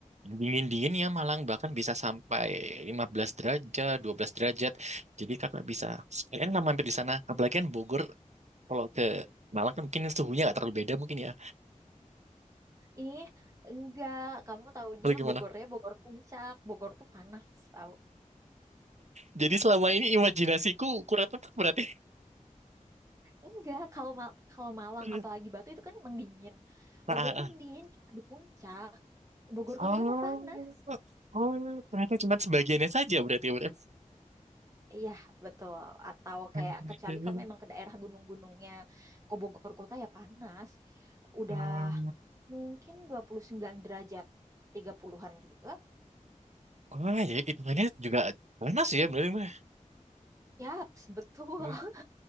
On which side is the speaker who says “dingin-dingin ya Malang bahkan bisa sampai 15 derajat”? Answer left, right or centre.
Right